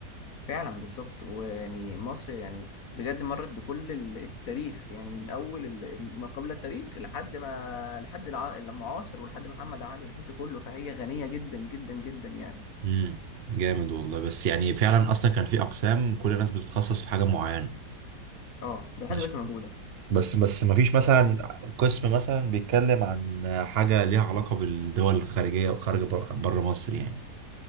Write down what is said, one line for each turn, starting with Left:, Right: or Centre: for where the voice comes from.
Left: فعلا بالظبط ويعني مصر يعني بجد مرت بكل ال- التاريخ يعني من اول ال- ما قبل التاريخ لحد ما لحد الع... المعاصر ولحد محمد علي ولحد كله فهي غنية جدا جدا جدا يعني
Right: امم جامد والله بس يعني فعلا اصلا كان في اقسام كل الناس بتتخصص في حاجة معينة
Left: اه ده لحد
Right: ماشي.
Left: دلوقتي موجودة
Right: بس بس ما فيش مثلا قسم مثلا بيتكلم عن حاجة ليها علاقة بالدول الخارجية وخارج بره مصر يعني